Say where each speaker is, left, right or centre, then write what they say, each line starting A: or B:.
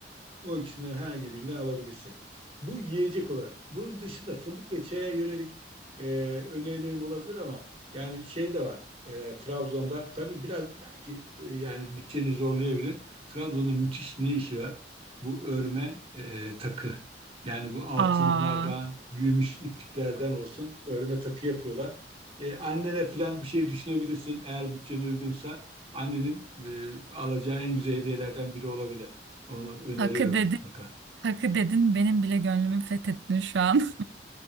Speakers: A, on the right; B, on the right.
A: O ikisinden herhangi birinden alabilirsin. Bu yiyecek olarak. Bunun dışında fındık ve çaya yönelik e, önerilerim olabilir ama yani şey de var. E, Trabzon'da tabii biraz belki e, yani bütçeni zorlayabilir. Trabzon'da müthiş ne işi var? Bu örme e, takı. Yani bu altınlardan,
B: Aa,
A: gümüş ipliklerden olsun örme takı yapıyorlar. E, annene falan bir şey düşünebilirsin eğer bütçene uygunsa. Annenin e, alacağı en güzel hediyelerden biri olabilir. Onu öneriyorum
B: hakkı dedin,
A: mutlaka.
B: hakkı dedin benim bile gönlümü fethettin şu an. <laughs>